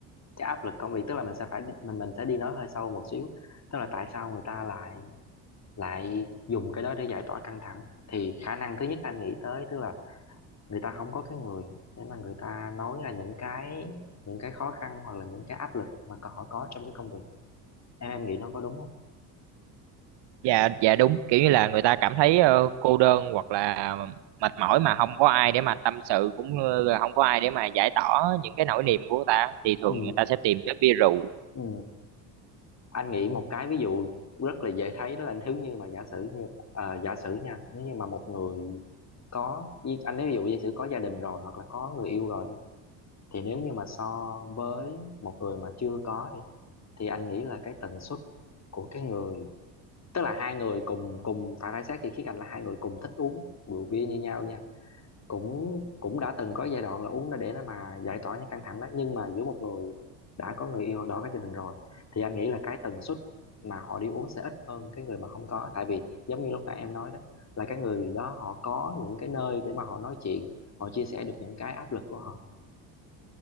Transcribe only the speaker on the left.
cái áp lực công việc tức là mình sẽ phải đi- mình mình sẽ đi nói hơi sâu một xíu tức là tại sao người ta lại lại dùng cái đó để giải tỏa căng thẳng thì khả năng thứ nhất anh nghĩ tới tức là người ta không có cái người để mà người ta nói là những cái những cái khó khăn hoặc là những cái áp lực mà còn họ có trong cái công việc em em nghĩ nó có đúng không
ừ
ừ anh nghĩ một cái ví dụ rất là dễ thấy đó là nếu như mà giả sử như ờ, giả sử nha nếu như mà một người có như- anh nói ví dụ giả sử có gia đình rồi hoặc là có người yêu rồi đi thì nếu như mà so với một người mà chưa có đi thì anh nghĩ là cái tần suất của cái người tức là hai người cùng cùng phải phải xét thì khía cạnh là hai người cùng thích uống rượu bia như nhau nha cũng cũng đã từng có giai đoạn là uống đó để nó mà giải tỏa những căng thẳng đó nhưng mà giữa một người đã có người yêu hoặc đã có gia đình rồi thì anh nghĩ là cái tần suất mà họ đi uống sẽ ít hơn cái người mà không có tại vì giống như lúc nãy em nói đó là cái người đó họ có những cái nơi để mà họ nói chuyện họ chia sẻ được những cái áp lực của họ